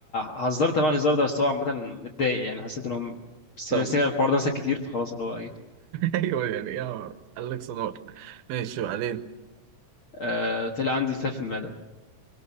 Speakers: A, on the left (about 55°); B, on the right (about 75°).
A: هزرت مع الهزار ده بس هو عامه متضايق يعني حسيت انهم سمع
B: طب
A: سمع
B: <laughs>
A: الحوار ده مثلا كتير فخلاص اللي هو ايه
B: ايوه يعني ايه قال لك سونار ماشي وبعدين
A: آه طلع عندي التهاب في المعده